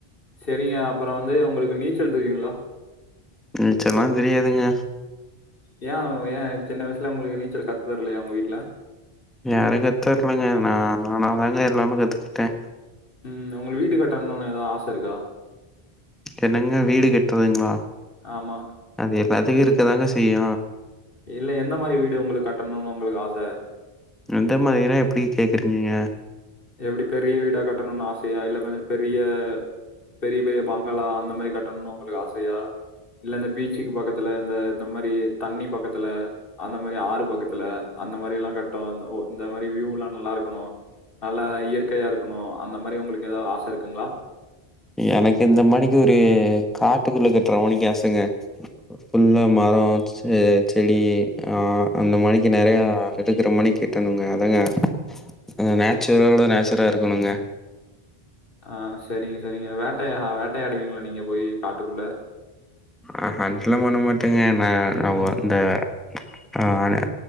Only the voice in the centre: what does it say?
நீச்சல்லா தெரியாதுங்க
யாரு கத்து தர்லங்க நான் நானா தாங்க எல்லாமே கத்துக்கிட்டே
என்னங்க வீடு கட்றதுங்ளா
அது எல்லாத்துக்கு இருக்கதாங்க செய்யு
எந்த மாரினா எப்டி கேட்குறீங்க நீங்க
எனக்கு இந்த மாணிக்கு ஒரு காட்டுக்குள்ள கட்டுறமாணிக்கு ஆசங்க ஃபுல்லா மரோ செ செடி ஆ அந்த மாணிக்கு நெறைய எடுக்குற மாணிக்கு கெட்டணுங்க அதாங்க எங்க நேச் நேச்சர் ஓட நேச்சரா இருக்குணோங்க
அ ஹண்டலா பண்ண மாட்டேங்க நா நா ஒ அந்த ஆ ஆனா